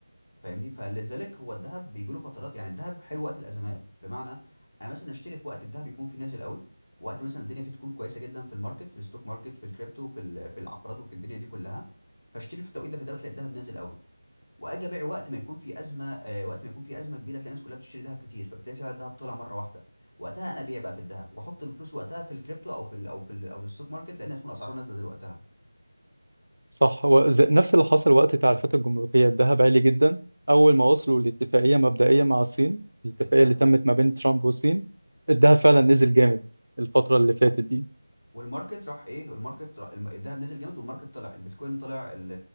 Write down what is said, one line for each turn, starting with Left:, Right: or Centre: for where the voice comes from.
Left: فاهمني فلذلك هو الذهب بيجي له فترات يعني الذهب حلو وقت الازمات بمعنى انا مثلا اشتري في وقت الذهب يكون فيه نازل قوي وقت مثلا الدنيا فيه تكون كويسه جدا في الماركت في الستوك ماركت في الكريبتو في ال- في العقارات والدنيا دي كلها فاشتري في التوقيت ده في ده بتلاقي الذهب نازل قوي واجي ابيع وقت ما يكون في ازمه آه، وقت ما يكون في ازمه كبيره تلاقي الناس كلها بتشتري ذهب كتير فبتلاقي سعر الذهب طلع مره واحده وقتها انا ابيع بقى في الذهب واحط الفلوس وقتها في الكريبتو او في ال او في ال او الستوك ماركت لان هتكون اسعاره نازله دلوقتها
Right: صح و- ز- نفس اللي حصل وقت التعريفات الجمركيه الذهب عالي جدا اول ما وصلوا لاتفاقيه مبدئيه مع الصين الاتفاقيه
Left: الذهب
Right: اللي تمت ما بين ترامب والصين الذهب فعلا نزل جامد الفتره اللي فاتت دي
Left: والماركت راح ايه الماركت راح الم- الذهب نزل جامد والماركت طلع البيتكوين طلع ال-